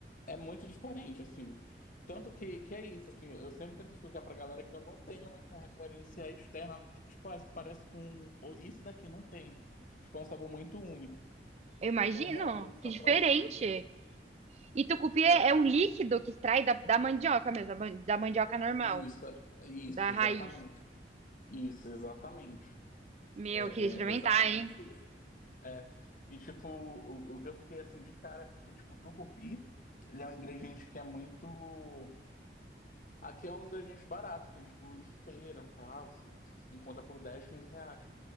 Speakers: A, on the left; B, on the right.
A: é muito diferente, assim. Tanto que, que é isso, assim, eu sempre tento explicar pra galera que eu não tenho muita referência externa, tipo, ah, isso parece com... ou Isso daqui não tem. Tipo, é um sabor muito único.
B: eu imagino.
A: Então, realmente, só
B: Que diferente.
A: provando.
B: E tucupi
A: É,
B: é, é um líquido que extrai da, da mandioca mesmo, da man- da mandioca normal,
A: isso, é- isso,
B: da raiz.
A: exatamente. Isso, exatamente.
B: Meu,
A: É,
B: eu queria experimentar,
A: é exatamente
B: hein?
A: isso. É, e, tipo, o, o que eu fiquei, assim, de cara é porque, tipo, o tucupi, ele é um ingrediente que é muito Aqui é um ingrediente barato, tem tipo em feira, tá? Você encontra por 10, 15 reais.